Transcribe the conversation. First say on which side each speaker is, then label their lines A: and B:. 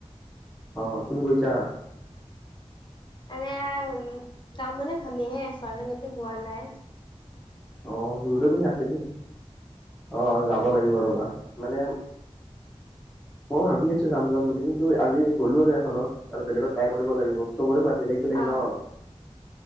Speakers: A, in the centre; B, on the left.
A: অ তুমি গৈছা?
B: মানে যাম বুলি ভাবিহে আছো আজি লৈকে যোৱা নাই।
A: অ জুডো বিনে আছে দে। অ যাব লাগিব ৰবা, মানে মইও ভাবি আছো যাম যাম বুলি কিন্তু আজি গ'লো আৰু এখনত আৰু বেলেগত ট্ৰাই কৰিব লাগিব চবৰে হোৱাদ বেলেগ বেলেগ
B: অ
A: ন।